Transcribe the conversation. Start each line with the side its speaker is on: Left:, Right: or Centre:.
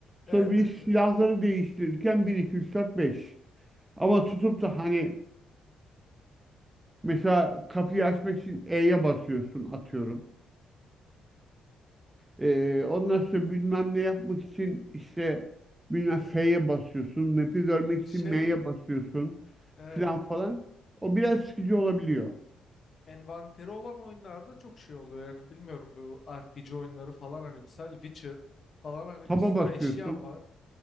Right: Sonra
Left: Evet
Right: bir
Left: evet evet.
Right: silahları değiştirirken bir 2 3 4 beş Ama tutup da hani Mesela kapıyı açmak için E'ye basıyorsun atıyorum. Ee, ondan sonra bilmem ne yapmak için işte bilmem F'ye basıyorsun. Map'i görmek için
Left: Şey
Right: M'ye basıyorsun
Left: evet.
Right: filan falan. O biraz sıkıcı olabiliyor.
Left: Envanteri olan oyunlarda çok şey oluyor yani bilmiyorum bu RPG oyunları falan hani misal Witcher falan hani
Right: Tab'a
Left: bir sürü
Right: basıyorsun.
Left: eşyan var